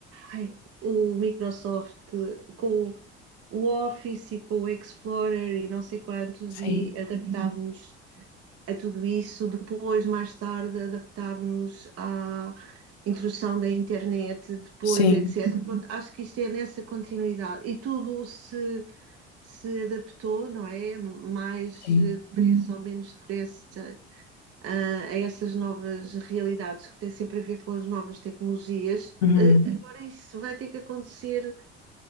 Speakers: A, on the right; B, on the left.
A: ai, o Microsoft, com o Office e com o Explorer e não sei quantos,
B: sim,
A: e adaptarmos a tudo isso, depois, mais tarde, adaptarmos à introdução da internet, depois,
B: sim,
A: etc. Pronto, acho que isto é nessa continuidade. E tudo se, se adaptou, não é? Mais
B: sim.
A: depressa ou menos depressa a, a essas novas realidades que têm sempre a ver com as novas tecnologias.
B: Uhum.
A: Agora, isso vai ter que acontecer